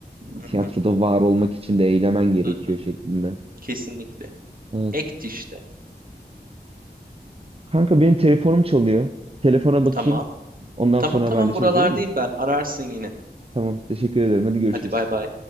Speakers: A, on the right; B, on the right.
A: Hı
B: Tiyatroda
A: hı,
B: var olmak için de eylemen gerekiyor
A: hı hı,
B: şeklinde.
A: kesinlikle.
B: Evet.
A: Act işte.
B: Kanka benim telefonum çalıyor. Telefona bakayım.
A: Tamam.
B: Ondan
A: Tamam
B: sonra
A: tamam
B: haberleşiriz
A: buralardayım
B: olur mu?
A: ben. Ararsın yine.
B: Tamam. Teşekkür ederim. Hadi görüşürüz.
A: Hadi bay bay.